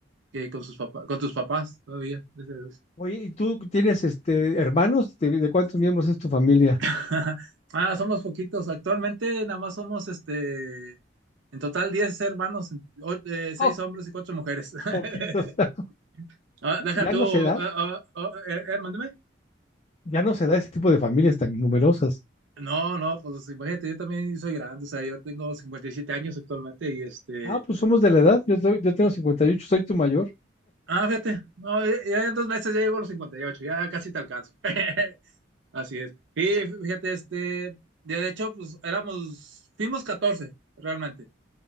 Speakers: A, on the right; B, on the left.
A: que con sus papás, con tus papás todavía, gracias a Dios.
B: Oye, ¿y tú tienes este hermanos? ¿De, de cuántos miembros es tu familia?
A: <laughs> Ah, somos poquitos. Actualmente nada más somos, este, en total 10 hermanos, en- o- eh, seis
B: Oh,
A: hombres y 4 mujeres.
B: poquitos.
A: <laughs>
B: <laughs>
A: Ah, deja
B: Ya
A: tú,
B: no se da,
A: ah, ah, ah, eh, eh, mándeme.
B: ya no se da ese tipo de familias tan numerosas.
A: No, no, pues imagínate, yo también soy grande, o sea, yo tengo 57 años actualmente y este...
B: Ah, pues somos de la edad. Yo, soy- yo tengo 58. soy tu mayor.
A: Ah, fíjate, no, ya ya en dos meses ya llego a los 58. ya casi te alcanzo. <laughs> Así es. Y fíjate, este, de hecho, pues éramos, fuimos 14, realmente.